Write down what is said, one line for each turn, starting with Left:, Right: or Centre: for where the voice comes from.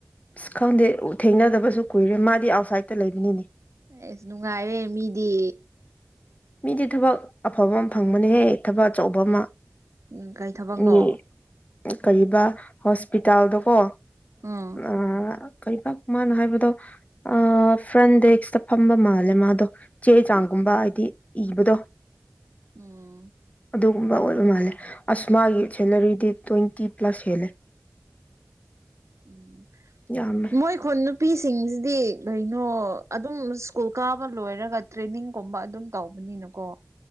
Left: ꯑꯁ ꯈꯪꯗꯦ ꯊꯦꯡꯅꯗꯕꯁꯨ ꯀꯨꯏꯔꯦ ꯃꯥꯗꯤ ꯑꯥꯎꯠꯁꯥꯏꯗꯠꯇ ꯂꯩꯕꯅꯤꯅꯦ
Right: ꯑꯩꯁ ꯅꯨꯡꯉꯥꯏꯔꯦ ꯃꯤꯗꯤ
Left: ꯃꯤꯗꯤ ꯊꯕꯛ ꯑꯐꯕ ꯑꯃ ꯐꯪꯕꯅꯦꯍꯦ ꯊꯕꯛ ꯑꯆꯧꯕ ꯑꯃ
Right: ꯎꯝ ꯀꯏ ꯊꯕꯛꯅꯣ
Left: ꯃꯤ ꯀꯔꯤꯕ ꯍꯣꯁꯄꯤꯇꯥꯜꯗꯀꯣ
Right: ꯎꯝ
Left: ꯑ ꯀꯩꯕꯥꯛ ꯃꯥꯅ ꯍꯥꯏꯕꯗꯣ ꯑ ꯐ꯭ꯔꯟ ꯗꯦꯛꯁꯇ ꯐꯝꯕ ꯃꯥꯜꯂꯦ ꯃꯥꯗꯣ ꯆꯦ ꯆꯥꯡꯒꯨꯝꯕ ꯍꯥꯏꯗꯤ ꯏꯕꯨꯗꯣ
Right: ꯎꯝ
Left: ꯑꯗꯨꯒꯨꯝꯕ ꯑꯣꯏꯕ ꯃꯥꯜꯂꯦ ꯑꯁꯃꯥꯒꯤ ꯁꯦꯂꯔꯤꯗꯤ ꯇ꯭ꯋꯦꯟꯇꯤ ꯄ꯭ꯂꯁ ꯍꯦꯜꯂꯦ
Right: ꯎꯝ
Left: ꯌꯥꯝꯃꯦ
Right: ꯃꯣꯏ ꯈꯣꯏ ꯅꯨꯄꯤꯁꯤꯡꯁꯤꯗꯤ ꯀꯩꯅꯣ ꯑꯗꯨꯝ ꯁ꯭ꯀꯨꯜ ꯀꯥꯕ ꯂꯣꯏꯔꯒ ꯇ꯭ꯔꯦꯅꯤꯡꯒꯨꯝꯕ ꯑꯗꯨꯝ ꯇꯧꯕꯅꯤꯅꯀꯣ